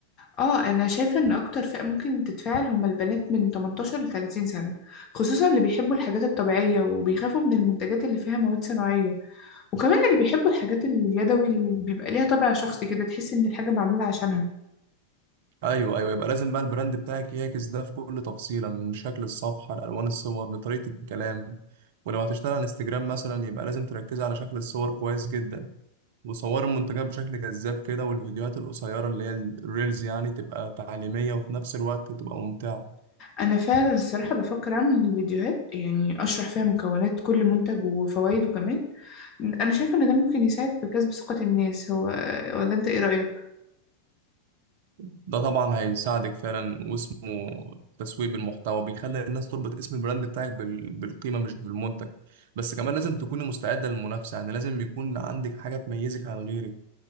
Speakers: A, on the left; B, on the right.
A: اه انا شايفه ان اكتر فئه ممكن تتفاعل هم البنات من 18 ل 30 سنه خصوصا اللي بيحبوا الحاجات الطبيعيه وبيخافوا من المنتجات اللي فيها مواد صناعيه وكمان اللي بيحبوا الحاجات اليدوي اللي بيبقى ليها طابع شخصي كده تحس ان الحاجه معموله عشانها
B: أيوه أيوه يبقى لازم بقى البراند بتاعك يعكس ده في كل تفصيلة من شكل الصفحة لألوان الصور لطريقة الكلام ولو هتشتغل على انستجرام مثلا يبقى لازم تركز على شكل الصور كويس جدا وصوروا المنتجات بشكل جذاب كده والفيديوهات القصيرة اللي هي الريلز يعني تبقى تعليمية وفي نفس الوقت تبقى ممتعة
A: انا فعلا الصراحه بفكر اعمل فيديوهات يعني اشرح فيها مكونات كل منتج وفوائده كمان انا شايفه ان ده ممكن يساعد في كسب ثقه الناس هو ولا انت ايه رايك
B: ده طبعا هيساعدك فعلا واسمه تسويق بالمحتوى بيخلي الناس تربط اسم البراند بتاعك بال- بالقيمة مش بالمنتج بس كمان لازم تكوني مستعدة للمنافسة يعني لازم يكون عندك حاجة تميزك عن غيرك